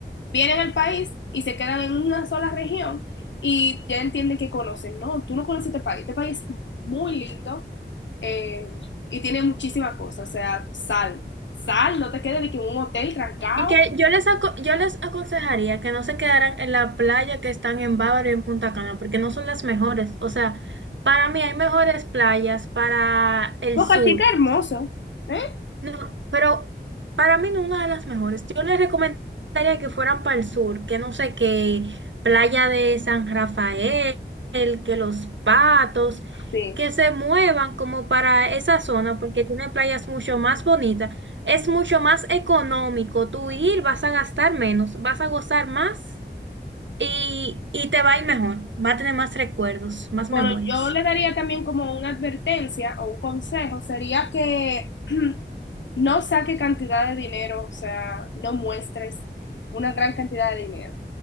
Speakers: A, on the left (about 80°); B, on the right (about 80°).
A: Vienen al país y se quedan en una sola región y ya entienden que conocen. No, tú no conoces este país. Este país es muy lindo eh, y tiene muchísimas cosas. O sea, sal. Sal, no te quedes de que en un hotel trancado.
B: Y que yo les, aco- yo les aconsejaría que no se quedaran en la playa que están en Bávaro y en Punta Cana, porque no son las mejores. O sea, para mí hay mejores playas para el
A: Boca
B: sur.
A: Chica hermoso. ¿eh?
B: No, pero para mí no es una de las mejores. Yo les recomendaría que fueran para el sur, que no sé, que Playa de San Rafael, que Los Patos,
A: Sí.
B: que se muevan como para esa zona, porque tiene playas mucho más bonitas. Es mucho más económico. Tú ir, vas a gastar menos, vas a gozar más y, y te va a ir mejor. Va a tener más recuerdos, más
A: Bueno,
B: memorias.
A: yo le daría también como una advertencia o un consejo. Sería que <clears throat> no saque cantidad de dinero, o sea, no muestres una gran cantidad de dinero